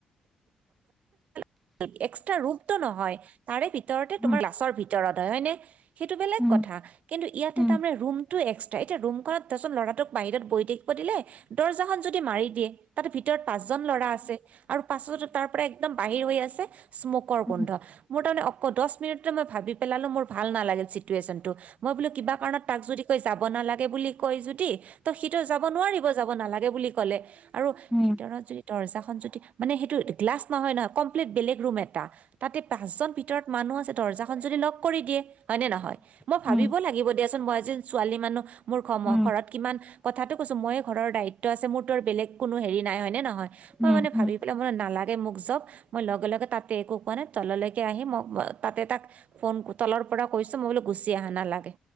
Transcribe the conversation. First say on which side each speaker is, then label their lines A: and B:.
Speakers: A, on the right; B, in the centre.
A: <inaudible> এক্স্ৰা ৰূপ টো নহয় তাৰে ভিতৰতে তোমাৰ
B: উম
A: লাচৰ ভিতৰত হয় হয়নে? সেইটো বেলেগ
B: উম
A: কথা কিন্তু ইয়াতে
B: উম
A: তাৰমানে
B: উম উম
A: ৰুমটো এক্সট্ৰা, এতিয়া ৰুমখনত ধৰচোন ল'ৰাটোক বাহিৰত বৈ থাকিব দিলে, দৰ্জাখন যদি মাৰি দিয়ে তাৰ ভিতৰত পাঁচজন ল'ৰা আছে আৰু পাছতো তাৰ পৰা একদম বাহিৰ হৈ আছে স্মক কৰ
B: উম উম উম
A: গোন্ধ, মোৰ তাৰমানে অক দচ মিনিটতে মই ভাবি পেলালো মোৰ ভাল নালাগিল চিটুৱেচনটো। মই বোলো কিবা কাৰণত তাক যদি কৈ যাব নালাগে বুলি কৈ যদি, ত সিটো যাব নোৱাৰিব যাব নালা বুলি কলে আৰু
B: উম
A: ভিতৰত যদি দৰ্জাখন যদি মানে সেইটো গ্লাছ নহয় নহয় কমপ্লিট বেলেগ ৰুম এটা, তাতে পাঁচজন ভিতৰত মানুহ আছে দৰ্জাখন যদি লগ কৰি দিয়ে হয়নে নহয়, মই
B: উম
A: ভাবিব
B: উম উম উম
A: লাগিব দিয়াচোন মই এজনী ছোৱালী মানুহ মোৰ
B: উম
A: ঘৰত কিমান কথাটো কৈছো ময়ে ঘৰৰ দায়িত্ব আছে মোৰতো আৰু বেলেগ কোনো হেৰি নাই হয় নে নহয়। মই
B: উম
A: মানে ভাবি
B: উম
A: পেলাই মোই নালাগে মোক জব মই লগে লগে তাতে একো। মানে তললৈকে আহি মই তাতে তাক ফোন তলৰ পৰা কৈছো মই বোলো গুচি আহ নালাগে।